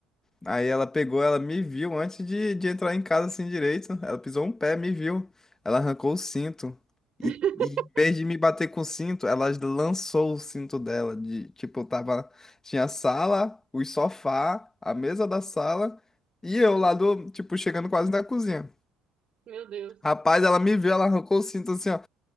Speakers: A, on the left (about 20°); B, on the right (about 50°).
A: Aí ela pegou, ela me viu antes de, de entrar em casa assim direito. Ela pisou um pé, me viu. Ela arrancou o cinto.
B: <laughs>
A: E, e em vez de me bater com o cinto, ela lançou o cinto dela. De, tipo, eu tava. Tinha a sala, o sofá, a mesa da sala e eu lá do, tipo, chegando quase na cozinha.
B: Meu Deus.
A: Rapaz, ela me viu, ela arrancou o cinto assim, ó.